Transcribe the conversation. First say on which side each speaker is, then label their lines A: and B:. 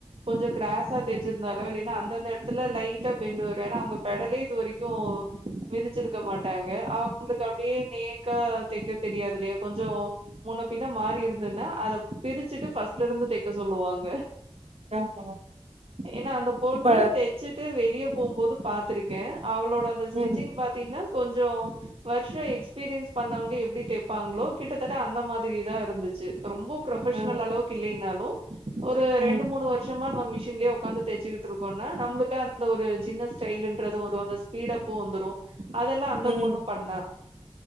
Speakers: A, on the right; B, on the right.
A: கொஞ்சம் கிராஸா தேச்சதுனால இல்லைன்னா அந்தந்த இடத்துல லைட்டா பெண்டு வரும் ஏன்னா அவங்க பெடலே இது வரைக்கும் மிதிச்சிருக்க மாட்டாங்க அவ் உங்களுக்கு அப்படியே நேக்கா தைக்க தெரியாது இல்லையா கொஞ்சம் முன்னே பின்னே மாறியிருந்ததுன்னா அதை பிரிச்சுட்டு ஃபர்ஸ்ட்ல இருந்து தைக்க சொல்லுவாங்க
B: ஆமா.
A: ஏன்னா அந்த பொண்ணு
B: இப்ப
A: தச்சுட்டு வெளியே போகும்போது பார்த்திருக்கேன் அவளோட
B: ம்.
A: டிச்சிங் பார்த்திங்கன்னா கொஞ்சம் வருஷம் எக்ஸ்பீரியன்ஸ் பண்ணவங்க எப்படி தைப்பாங்களோ கிட்டத்தட்ட அந்த மாதிரி தான் இருந்துச்சு ரொம்ப புரொபஷனல்
B: ஆ.
A: அளவுக்கு இல்லைனாலும் ஒரு
B: ம்.
A: ரெண்டு மூணு வருஷமா நான் மிஷின்லயே வந்து தெச்சுக்கிட்டு இருக்கோம்னா நம்மளுக்கு அந்த ஒரு சின்ன ஸ்டைல்ன்றது ஒரு அந்த ஸ்பீடப் போந்துரும் அதெல்லாம் அந்த
B: ம்.
A: பொண்ணு பண்ணா